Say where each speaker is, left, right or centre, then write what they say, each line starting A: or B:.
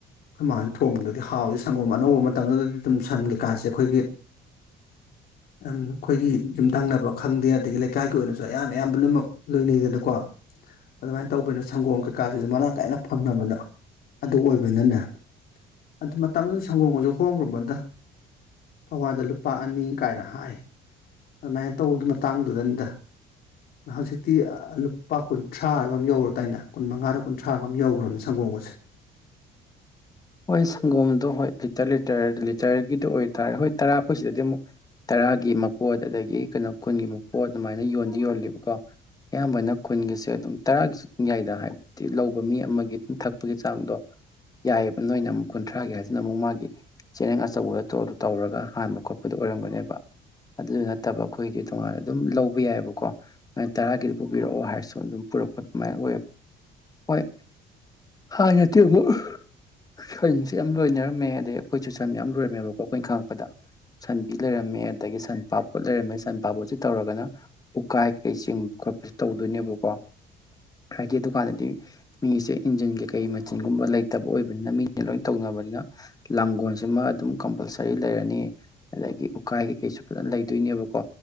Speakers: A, on the left (about 65°); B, on the left (about 20°).
A: ꯈꯣꯏ ꯃꯥ ꯍꯣꯏꯅ ꯊꯣꯡꯕꯗꯗꯤ ꯍꯥꯎꯋꯤ ꯁꯪꯒꯣꯝ ꯑꯅꯧꯕ ꯃꯇꯝꯗꯨꯗꯗꯤ ꯑꯗꯨꯝ ꯁꯟ ꯀꯩꯀꯥꯁꯦ ꯑꯩꯈꯣꯏꯒꯤ <inaudible> ꯑꯝ ꯈꯣꯏꯒꯤ ꯌꯨꯝꯗꯪꯅꯕ ꯈꯪꯗꯦ ꯑꯗꯒꯤ ꯂꯩꯀꯥꯏꯒꯤ ꯑꯣꯏꯅꯁꯨ ꯑꯌꯥꯝ ꯑꯌꯥꯝꯕ ꯂꯣꯏꯃꯛ ꯂꯣꯏꯅꯩꯗꯅꯀꯣ ꯑꯗꯨꯃꯥꯏꯅ ꯇꯧꯕꯅꯤꯅ ꯁꯪꯒꯣꯝ ꯀꯩꯀꯥꯁꯤꯁꯨ ꯃꯔꯥꯡ ꯀꯥꯏꯅ ꯐꯪꯅꯕꯗꯣ ꯑꯗꯨ ꯑꯣꯏꯕꯅꯤꯅꯅꯦ ꯑꯗꯨ ꯃꯇꯝꯗꯨꯗ ꯁꯪꯒꯣꯝꯒꯁꯨ ꯍꯣꯡꯒ꯭ꯔꯕꯗ ꯄꯋꯥꯗ ꯂꯨꯞ ꯂꯨꯄꯥ ꯑꯅꯤ ꯀꯥꯏꯅ ꯍꯥꯏ ꯑꯗꯨꯃꯥꯏꯅ ꯇꯧ ꯃꯇꯥꯡꯗꯨꯗꯅꯤꯗ ꯍꯧꯇꯤꯛꯇꯤ ꯑꯥ ꯂꯨꯞ ꯂꯨꯄꯥ ꯀꯨꯟꯊ꯭ꯔꯥꯔ ꯀꯩꯅꯣꯝꯃ ꯌꯧꯔꯗꯥꯏꯅꯦ ꯀꯨꯟ ꯃꯉꯥꯒ ꯀꯨꯟꯊ꯭ꯔꯥ ꯔ ꯀꯩꯅꯣꯝꯃ ꯌꯧꯈ꯭ꯔꯕꯅꯦ ꯁꯪꯒꯣꯝꯒꯁꯦ <inaudible>
B: ꯍꯣꯏ ꯁꯪꯒꯣꯝꯗꯣ ꯍꯣꯏ ꯂꯤꯇꯔ ꯂꯤꯇꯔ ꯂꯤꯇꯔꯒꯤꯗꯣ ꯑꯣꯏꯇꯥꯔꯦ ꯍꯣꯏ ꯇꯔꯥ ꯈꯣꯏꯁꯤꯗꯗꯤ ꯑꯃꯨꯛ ꯇꯔꯥꯒꯤ ꯃꯄꯣꯠ ꯑꯗꯒꯤ ꯀꯩꯅꯣ ꯀꯨꯟꯒꯤ ꯃꯄꯣꯠ ꯑꯗꯨꯃꯥꯏꯅ ꯌꯣꯟꯗꯤ ꯌꯣꯜꯂꯤꯦꯕꯀꯣ ꯑꯌꯥꯝꯕꯅ ꯈꯨꯨꯟꯒꯤꯁꯦ ꯑꯗꯨꯝ ꯇꯔꯥꯒꯤꯁꯨꯨꯝ ꯌꯥꯏꯗ ꯍꯥꯏꯕꯗꯤ ꯂꯧꯕ ꯃꯤ ꯑꯃꯒꯤ ꯑꯗꯨꯝ ꯊꯛꯄꯒꯤ ꯆꯥꯡꯗꯣ ꯌꯥꯏꯞ ꯅꯣꯏꯅ ꯑꯃꯨꯛ ꯀꯨꯟꯊ꯭ꯔꯥꯒꯤ ꯍꯥꯏꯁꯤꯅ ꯑꯃꯨꯛ ꯃꯥꯒꯤ ꯆꯦꯔꯡ ꯑꯆꯧꯕꯗꯣ ꯇꯣꯗꯨ ꯇꯧꯔꯒ ꯍꯥꯟꯕ ꯈꯣꯠꯄꯗꯨ ꯑꯣꯏꯔꯝꯒꯅꯦꯕ ꯑꯗꯨꯗꯨ ꯅꯠꯇꯕ ꯑꯈꯣꯏꯗꯤ ꯇꯣꯉꯥꯟꯅ ꯑꯗꯨꯝ ꯂꯧꯕ ꯌꯥꯏꯑꯕꯀꯣ ꯃꯥꯏ ꯇꯔꯥꯒꯤ ꯄꯨꯕꯤꯔꯛꯑꯣ ꯍꯥꯏꯔꯁꯨ ꯑꯗꯨꯝ ꯄꯨꯔꯛꯄ ꯑꯗꯨꯃꯥꯏꯅ ꯑꯣꯏꯌꯦꯕ ꯍꯣꯏ ꯍꯥꯏ ꯅꯠꯇꯦ ꯑꯃꯨꯛ ꯁꯞꯁꯦ ꯌꯥꯝ ꯂꯣꯏꯅꯔꯝꯃꯦ ꯑꯗꯩ ꯑꯩꯈꯣꯏꯁꯨ ꯁꯟ ꯌꯥꯝ ꯂꯣꯏꯔꯝꯃꯦꯕꯀꯣ ꯑꯈꯣꯏꯅ ꯈꯪꯉꯛꯄꯗ ꯁꯟꯕꯤ ꯂꯩꯔꯝꯃꯦ ꯑꯗꯒꯤ ꯁꯟꯄꯥꯕꯣꯠ ꯂꯩꯔꯝꯃꯦ ꯁꯟꯄꯥꯕꯣꯠꯁꯤ ꯇꯧꯔꯒꯅ ꯎꯀꯥꯏ ꯀꯩꯀꯩ ꯆꯤꯡꯕ ꯈꯠꯄꯖꯦ ꯇꯧꯗꯣꯏꯅꯦꯕꯀꯣ ꯍꯥꯏꯗꯤ ꯗꯨꯀꯥꯟꯗꯗꯤ ꯃꯤꯁꯦ ꯏꯟꯖꯤꯟ ꯀꯩꯀꯩ ꯃꯆꯤꯟꯒꯨꯝꯕ ꯂꯩꯇꯕ ꯑꯣꯏꯕ ꯕꯅꯤꯅ ꯃꯤ ꯂꯣꯏꯅ ꯇꯧꯅꯕꯅꯤꯅ ꯂꯥꯡꯒꯣꯜꯁꯤꯃꯥ ꯑꯗꯨꯝ ꯀꯝꯄꯜꯁꯔꯤ ꯂꯩꯔꯅꯤ ꯑꯗꯒꯤ ꯎꯀꯥꯏ ꯀꯩꯀꯩꯁꯨ ꯐꯖ ꯂꯩꯗꯣꯏꯅꯦꯕꯀꯣ